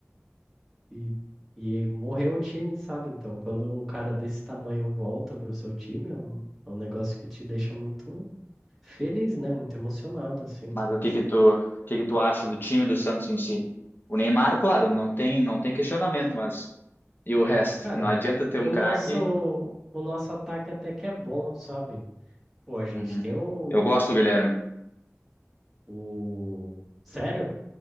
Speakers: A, in the centre; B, on the left.
A: <laughs> e, e morreu o time, sabe? Então, quando um cara desse tamanho volta pro seu time, é um, é um negócio que te deixa muito feliz, né? Muito emocionado, assim,
B: Mas
A: mas,
B: o que que tu, o que que tu acha do time do Santos em si? O Neymar, claro, não tem, não tem questionamento, mas e o resto?
A: cara,
B: Não adianta ter
A: o
B: um craque.
A: nosso, o nosso ataque até que é bom, sabe? Pô, a gente
B: Uhum.
A: tem o,
B: Eu gosto do Guilherme.
A: o... Sério?